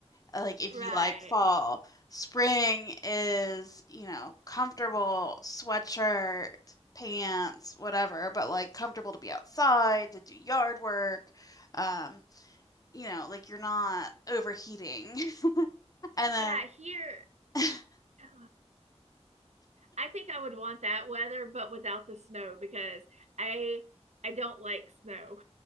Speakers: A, on the left; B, on the right.
A: uh, Like if
B: Right.
A: you like fall, spring is, you know, comfortable sweatshirt, pants, whatever, but like comfortable to be outside, to do yard work. Um, you know, like you're not overheating. <laughs> And then
B: Yeah, here,
A: <laughs>
B: <sighs> I think I would want that weather, but without the snow because I I don't like snow.